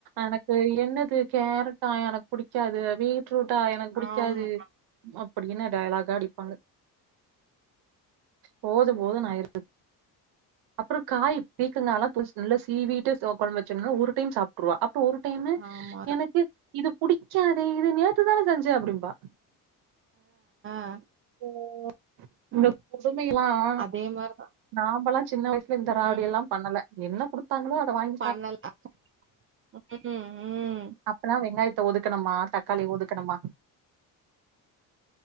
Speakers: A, on the right (about 70°); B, on the right (about 35°).
A: எனக்கு என்னது கேரட்டா எனக்கு புடிக்காது ஃப்ரூட்டா எனக்கு பிடிக்காது
B: ஆமா,
A: அப்படின்னு டயலாகு தான் அடிப்பாங்க போதும் போதும் ஆயிரும் அப்புறம் காய் பீக்கங்காலா நல்லா சீவிட்டு குழம்ப வச்சா ஒரு டைம் சாப்டுவா ஒரு டைமு
B: ஆமாக்கா.
A: எனக்கு இது புடிக்காதே இது நேத்துதானே செஞ்ச அப்படிம்பா
B: ஆ
A: உம் உங்க
B: ஆ.
A: கொடுமைல்லாம்
B: அதே மாரிதான்.
A: நாமல்லாம் சின்ன வயசுல இந்த
B: ம்
A: ராவடியெல்லா பண்ணல என்ன குடுத்து எத கொடுத்தாங்களு
B: பண்ணலாம் உம் உம்
A: அப்பனா வெங்காயத்தை ஒதுக்கணுமா தக்காளி ஒதுக்கணுமா